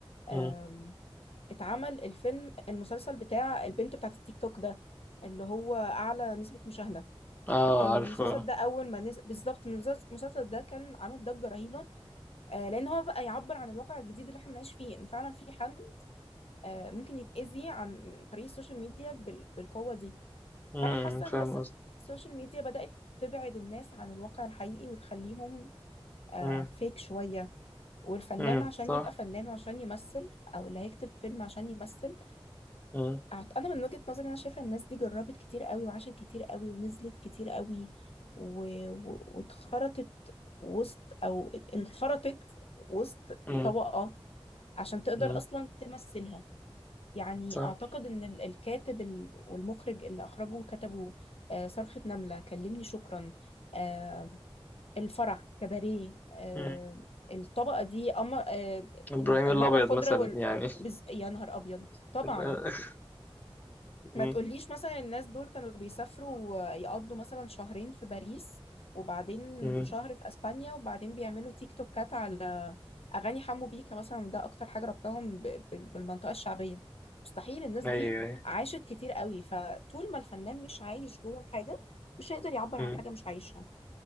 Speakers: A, on the left; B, on the left.
A: آم،
B: مم.
A: اتعمل الفيلم المسلسل بتاع البنت بتاعت التيك توك ده اللي هو أعلى نسبة مشاهدة
B: اه
A: المسلسل
B: عارفه
A: ده أول ما نزل بالظبط المسلسل المسلسل ده كان عامل ضجة رهيبة آه، لأن هو بقى يعبر عن الواقع الجديد اللي احنا بنعيش فيه إن فعلا في حد آه، ممكن يتأذي عن طريق السوشيال ميديا بال- بالقوة دي
B: امم
A: فانا حاسه
B: فاهم
A: ان بس
B: قصدي
A: السوشيال ميديا بدات تبعد الناس عن الواقع الحقيقي وتخليهم آه
B: امم
A: فيك شويه والفنان
B: امم
A: عشان
B: صح
A: يبقى فنان وعشان يمثل او اللي هيكتب فيلم عشان يمثل
B: امم
A: أعت- انا من وجهه نظري انا شايفه الناس دي جربت كتير قوي وعاشت كتير قوي ونزلت كتير قوي و... و... واتخرطت وسط او انخرطت وسط
B: امم
A: طبقه عشان تقدر
B: امم
A: اصلا تمثلها يعني
B: صح
A: أعتقد إن ال- الكاتب ال- والمخرج اللي أخرجوا وكتبوا آه، صرخة نملة كلمني شكرا آه، الفرح كباريه آه،
B: امم
A: الطبقة دي أمر آه،
B: ابراهيم
A: الم- المأوى
B: الابيض
A: الخضراء
B: مثلا
A: وال
B: يعني
A: بز... يا نهار أبيض طبعا
B: <laughs> امم
A: ما تقوليش مثلا الناس دول كانوا بيسافروا يقضوا مثلا شهرين في باريس وبعدين
B: امم
A: شهر في اسبانيا وبعدين بيعملوا تيك توكات على اغاني حمو بيكا مثلا وده اكتر حاجه ربطهم ب- ب- بالمنطقه الشعبيه مستحيل الناس
B: ايوه
A: دي
B: ايوه
A: عاشت كتير قوي فطول ما الفنان مش عايش جوه الحاجه مش هيقدر يعبر
B: امم
A: عن حاجه مش عايشها